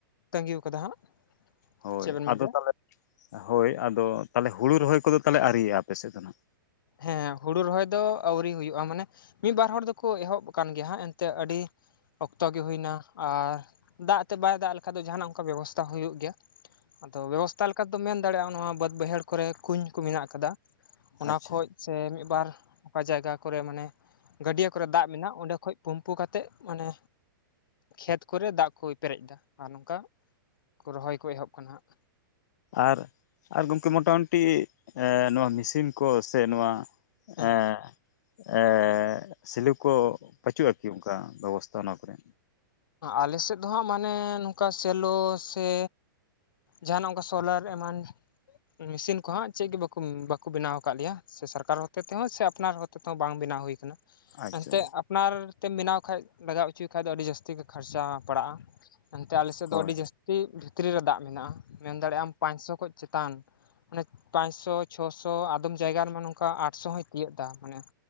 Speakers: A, on the left (about 70°); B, on the left (about 50°).
A: ᱛᱟᱹᱜᱤ ᱟᱠᱟᱫᱟ ᱦᱟᱸᱜ
B: ᱦᱳᱭ
A: ᱪᱮᱫ ᱵᱮᱱ ᱢᱮᱱ
B: ᱟᱫᱚ
A: ᱠᱮᱫᱟ
B: ᱛᱟᱦᱚᱞᱮ ᱦᱳᱭ ᱟᱫᱚ ᱛᱟᱦᱚᱞᱮ ᱦᱩᱲᱩ ᱨᱚᱦᱚᱭ ᱠᱚᱫᱚ ᱛᱟᱦᱚᱞᱮ ᱟᱣᱨᱤᱭᱟᱜᱼᱟ ᱟᱯᱮ ᱥᱮᱫ ᱫᱚ ᱱᱟᱜ
A: ᱦᱮᱸ ᱦᱩᱲᱩ ᱨᱚᱦᱚᱭ ᱫᱚ ᱟᱣᱨᱤ ᱦᱩᱭᱩᱜᱼᱟ ᱢᱟᱱᱮ ᱢᱤᱫ ᱵᱟᱨ ᱦᱚᱲ ᱫᱚᱠᱚ ᱮᱦᱚᱵ ᱠᱟᱱ ᱜᱮ ᱦᱟᱸᱜ ᱮᱱᱛᱮ ᱟᱹᱰᱤ ᱚᱠᱛᱚ ᱜᱮ ᱦᱩᱭᱱᱟ ᱟᱨ ᱫᱟᱜ ᱛᱮᱫ ᱵᱟᱭ ᱫᱟᱜ ᱞᱮᱠᱷᱟᱡ ᱫᱚ ᱡᱟᱦᱟᱸᱱᱟᱜ ᱚᱱᱠᱟ ᱵᱮᱵᱚᱥᱛᱷᱟ ᱦᱩᱭᱩᱜ ᱜᱮᱭᱟ ᱟᱫᱚ ᱵᱮᱵᱚᱥᱛᱟ ᱞᱮᱠᱟ ᱫᱚᱢ ᱢᱮᱱ ᱫᱟᱲᱮᱭᱟᱜᱼᱟ ᱱᱚᱣᱟ ᱵᱟᱹᱫ ᱵᱟᱹᱭᱦᱟᱹᱲ ᱠᱚᱨᱮ ᱠᱩᱧ ᱠᱚ ᱢᱮᱱᱟᱜ ᱟᱠᱟᱫᱟ᱾ ᱚᱱᱟ
B: ᱟᱪᱪᱷᱟ
A: ᱠᱷᱚᱡ ᱥᱮ ᱢᱤᱫ ᱵᱟᱨ ᱚᱠᱟ ᱡᱟᱭᱜᱟ ᱠᱚᱨᱮ ᱢᱟᱱᱮ ᱜᱟᱹᱰᱤᱭᱟᱹ ᱠᱚᱨᱮ ᱫᱟᱜ ᱢᱮᱱᱟᱜᱼᱟ ᱚᱸᱰᱮ ᱠᱷᱚᱡ ᱯᱩᱱ ᱯᱩ ᱠᱟᱛᱮᱜ ᱢᱟᱱᱮ ᱠᱷᱮᱛ ᱠᱚᱨᱮ ᱫᱟᱜ ᱠᱚ ᱯᱮᱨᱮᱡ ᱫᱟ, ᱟᱨ ᱱᱚᱝᱠᱟ ᱨᱚᱦᱚᱭ ᱠᱚ ᱮᱦᱚᱵ ᱠᱟᱱᱟ ᱦᱟᱸᱜ᱾
B: ᱟᱨ ᱟ ᱜᱚᱢᱠᱮ ᱢᱚᱴᱟᱢᱩᱴᱤ ᱱᱚᱣᱟ ᱢᱮᱥᱤᱱ ᱠᱚ ᱥᱮ ᱱᱚᱣᱟ
A: ᱦᱮᱸ
B: ᱮᱸ ᱮᱻᱮ ᱥᱤᱞᱩ ᱠᱚ ᱵᱟᱹᱪᱩᱜᱼᱟ ᱠᱤ ᱚᱱᱠᱟ ᱵᱮᱵᱚᱥᱛᱷᱟ ᱚᱱᱟ ᱠᱚᱨᱮ?
A: ᱟᱞᱮ ᱥᱮᱜ ᱫᱚ ᱦᱟᱸᱜ ᱢᱟᱱᱮ ᱱᱚᱝᱠᱟ ᱥᱮᱞᱚ ᱥᱮ ᱡᱟᱦᱟᱸᱱᱟᱜ ᱚᱱᱠᱟ ᱥᱳᱞᱟᱨ ᱮᱢᱟᱱ ᱢᱮᱥᱤᱱ ᱠᱚ ᱦᱟᱸᱜ ᱪᱮᱫ ᱜᱮ ᱵᱟᱠᱩ ᱵᱟᱠᱩ ᱵᱮᱱᱟᱣ ᱠᱟᱜ ᱞᱮᱭᱟ ᱥᱮ ᱥᱚᱨᱠᱟᱨ ᱦᱚᱛᱮ ᱛᱮᱦᱚᱸ ᱥᱮ ᱟᱯᱱᱟᱨ ᱦᱚᱛᱮ ᱛᱮᱦᱚᱸ ᱵᱟᱝ ᱵᱮᱱᱟᱣ ᱦᱩᱭ ᱠᱟᱱᱟ
B: ᱟᱪᱪᱷᱟ
A: ᱮᱱᱛᱮᱜ ᱟᱯᱱᱟᱨ ᱛᱮᱢ ᱵᱮᱱᱟᱣ ᱠᱷᱟᱡ ᱞᱟᱜᱟᱣ ᱦᱚᱪᱚᱭᱮ ᱠᱷᱟᱱ ᱟᱹᱰᱤ ᱡᱟᱹᱥᱛᱤ ᱜᱮ ᱠᱷᱟᱨᱪᱟ ᱯᱟᱲᱟᱜᱼᱟ ᱮᱱᱛᱮ ᱟᱞᱮ ᱥᱮᱫ
B: ᱦᱳᱭ
A: ᱫᱚ ᱟᱹᱰᱤ ᱡᱟᱹᱥᱛᱤ ᱟᱹᱰᱤ ᱵᱷᱤᱛᱨᱤ ᱨᱮ ᱫᱟᱜ ᱢᱮᱱᱟᱜᱼᱟ ᱢᱮᱱ ᱫᱟᱲᱮᱭᱟᱜᱼᱟ ᱟᱢ ᱯᱟᱸᱪᱥᱚ ᱠᱷᱚᱱ ᱪᱮᱛᱟᱱ ᱟᱱᱮ ᱯᱟᱸᱪᱥᱚ ᱪᱷᱚᱥᱚ ᱟᱫᱚ ᱟᱫᱚᱢ ᱡᱟᱭᱜᱟ ᱨᱮᱢᱟ ᱱᱚᱝᱠᱟ ᱟᱴᱥᱚ ᱦᱚᱭ ᱛᱤᱭᱳᱜ ᱫᱟ ᱢᱟᱱᱮ